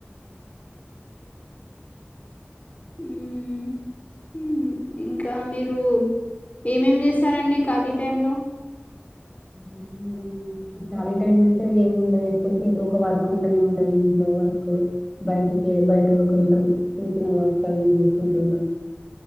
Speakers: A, on the left; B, in the centre.
A: మ్మ్ మ్మ్ మ్మ్ ఇంకా మీరు ఏమేమి చేస్తారండి ఖాళీ టైం లో
B: మే ఖాళీ టైమ్ అంటే ఏంముండదు ఎప్పుడుకి ఏదో ఒక వర్క్ ఉంటానే ఉంటంది ఇంట్లో వర్క్ బయటికి బయట కొంచెం చిన్న చిన్న వర్క్స్ అవి చేసుకుంటుంటం